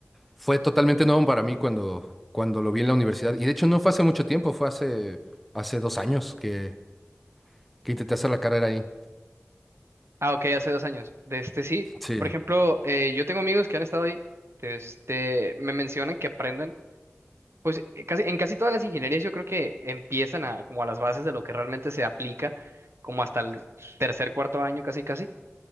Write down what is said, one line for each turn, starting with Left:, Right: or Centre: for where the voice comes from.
Centre: Fue totalmente nuevo para mí cuando, cuando lo vi en la universidad. Y de hecho no fue hace mucho tiempo, fue hace, hace dos años que, que intenté hacer la carrera ahí.
Right: Ah, ok, hace dos años. De este sí,
Centre: Sí,
Right: por ejemplo, eh, yo tengo amigos que han estado ahí, de este, me mencionan que aprenden, pues, eh, casi, en casi todas las ingenierías yo creo que empiezan a, como a las bases de lo que realmente se aplica, como hasta el tercer, cuarto año, casi, casi.